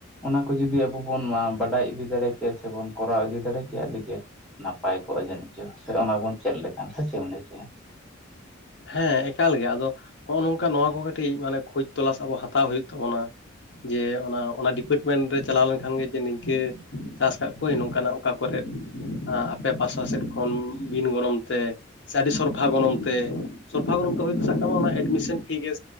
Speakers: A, in the centre; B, on the left.
A: ᱚᱱᱟ ᱠᱚ ᱡᱩᱫᱤ ᱟᱵᱚ ᱵᱚᱱ-ᱢᱟ ᱵᱟᱰᱟᱭ ᱤᱫᱤ ᱫᱟᱲᱮ ᱠᱮᱭᱟ ᱥᱮᱵᱚᱱ ᱠᱚᱨᱟᱣ ᱤᱫᱤ ᱫᱟᱲᱮ ᱠᱮᱭᱟ ᱟᱹᱰᱤᱜᱮ ᱱᱟᱯᱟᱭ ᱠᱚᱜᱼᱟ ᱡᱟᱱᱤᱪ ᱪᱚ ᱥᱮ ᱚᱱᱟ ᱵᱚᱱ ᱪᱮᱫ ᱞᱮᱠᱟᱱ ᱥᱮ ᱪᱮᱫ ᱮᱢ ᱞᱟᱹᱭ ᱦᱚᱪᱚᱭᱟ?
B: ᱦᱮᱸ ᱮᱠᱟᱞ ᱜᱮ ᱟᱫᱚ ᱦᱚᱸᱜᱼᱚ ᱱᱚᱝᱠᱟ ᱱᱚᱣᱟ ᱠᱚ ᱠᱟᱹᱴᱤᱡ ᱢᱟᱱᱮ ᱠᱷᱚᱡᱽ ᱛᱚᱞᱟᱥ ᱟᱵᱚ ᱦᱟᱛᱟᱣ ᱦᱳᱭᱳᱜ ᱛᱟᱵᱚᱱᱟ᱾ ᱡᱮ ᱚᱱᱟ ᱚᱱᱟ ᱰᱤᱯᱮᱴᱢᱮᱱ ᱨᱮ ᱪᱟᱞᱟᱣ ᱞᱮᱱᱠᱷᱟᱱᱜ ᱡᱮ ᱱᱤᱝᱠᱟᱹ ᱪᱟᱥ ᱠᱟᱜ ᱠᱟᱜᱠᱳᱭᱟᱧ ᱱᱚᱝᱠᱟᱱᱟᱜ ᱚᱠᱟ ᱠᱚᱨᱮᱫ-ᱟ ᱟᱯᱮ ᱯᱟᱥᱴᱟ ᱥᱮᱫ ᱠᱷᱚᱱ ᱵᱤᱱ ᱜᱚᱱᱚᱝ ᱛᱮ ᱥᱮ ᱟᱹᱰᱤ ᱥᱚᱨᱚᱨᱯᱷᱟ ᱜᱚᱱᱚᱝ ᱛᱮ ᱥᱚᱨᱯᱷᱟ ᱜᱚᱱᱚᱢ ᱛᱮ ᱦᱩᱭ ᱥᱟᱵ ᱠᱟᱜ ᱢᱮ ᱚᱱᱟ ᱮᱰᱢᱤᱥᱚᱱ ᱯᱷᱤ ᱜᱮ